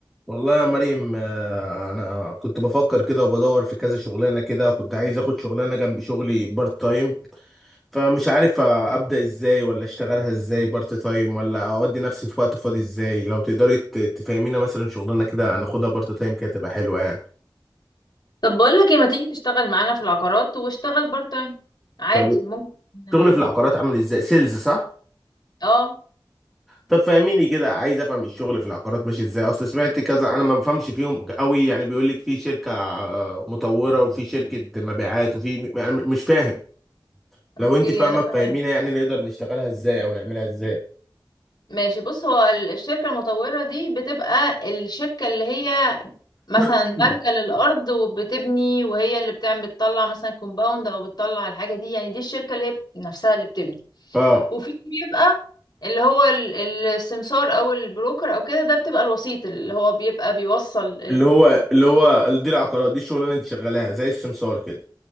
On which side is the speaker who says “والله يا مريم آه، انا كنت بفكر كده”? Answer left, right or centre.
Centre